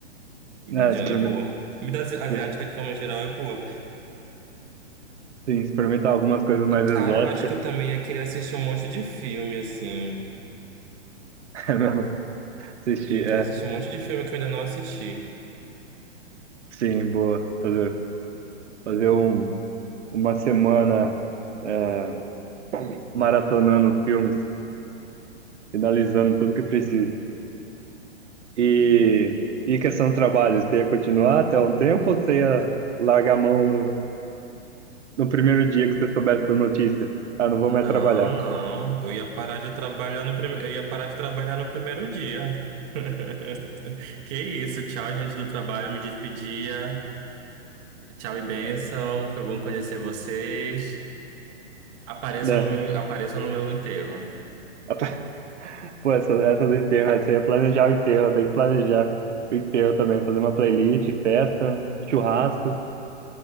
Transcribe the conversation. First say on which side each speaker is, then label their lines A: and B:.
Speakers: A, on the right; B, on the right.
A: Indiana
B: né, É, experime-
A: é boa. Comida asi-
B: exper-
A: asiática, de forma geral, é boa.
B: sim, experimentar algumas coisas mais
A: E, cara,
B: exóticas,
A: eu acho que eu também ia querer assistir um monte de filme, assim.
B: <laughs> é mesmo, assistir,
A: Ia querer
B: é,
A: assistir um monte de filme que eu ainda não assisti.
B: sim, boa, fazer, fazer um uma semana é, maratonando filmes, finalizando tudo que precisa. E, e questão do trabalho, você ia continuar até um tempo ou você ia largar a mão no, no primeiro dia que você soubesse da notícia? Ah, não vou
A: Não,
B: mais trabalhar,
A: não. Eu ia parar de trabalhar no primeiro, eu ia parar de trabalhar no primeiro dia. <laughs> Que isso, tchau, gente do trabalho, me despedia. Tchau e bênção. Foi bom conhecer vocês. Apareçam
B: né?
A: no meu, apareçam no meu enterro.
B: <laughs> Pô, essa, essa do enterro, essa ia planejar o enterro, tem que planejar o enterro também, fazer uma playlist, festa, churrasco,